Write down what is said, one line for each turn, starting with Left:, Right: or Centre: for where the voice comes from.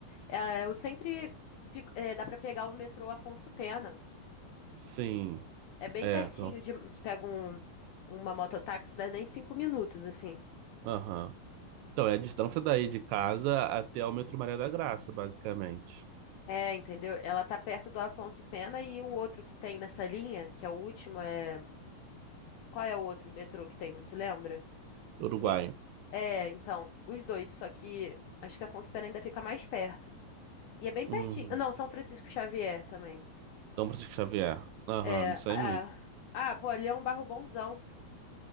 Left: é, eu sempre fico- é, dá pra pegar o metrô Afonso Pena.
Right: Sim,
Left: É bem
Right: é.
Left: pertinho
Right: Então,
Left: de, de pega um, uma mototáxi, dá nem cinco minutos, assim.
Right: aham. Então, é a distância daí de casa até o metrô Maria da Graça, basicamente.
Left: É, entendeu? Ela tá perto do Afonso Pena e um outro que tem nessa linha, que é o último, é. Qual é o outro metrô que tem, você lembra?
Right: Uruguai.
Left: Que tem. É, então, os dois, só que acho que Afonso Pena ainda fica mais perto. E é bem
Right: Uhum.
Left: pertinho. Não, São Francisco Xavier também.
Right: São Francisco Xavier. Aham,
Left: É,
Right: isso
Left: ah,
Right: aí mesmo.
Left: ah, pô, ali é um bairro bonzão.